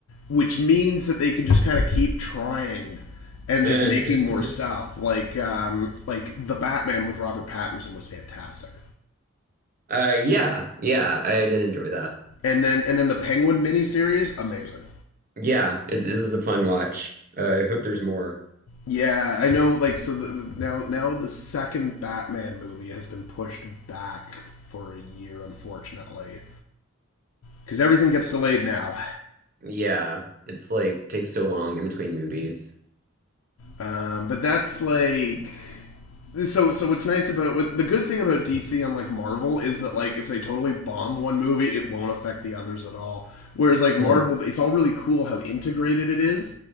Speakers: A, on the left; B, on the right.
A: which means that they can just kind of keep trying and
B: <laughs>
A: just making more stuff. Like um, like the Batman with Robert Pattinson was fantastic.
B: Uh, yeah, yeah, I did enjoy that.
A: and then and then the Penguin miniseries, amazing.
B: Yeah, it, it was a fun watch. Uh, I hope there's more.
A: Yeah, I know. Like so, the, now now the second Batman movie has been pushed back for a year, unfortunately, because everything gets delayed now.
B: Yeah, it's like takes so long in between movies.
A: Um, but that's like So, so what's nice about what, the good thing about DC, unlike Marvel, is that like if they totally bomb one movie, it won't affect the others at all. Whereas like Marvel,
B: Mm.
A: it's all really cool how integrated it is,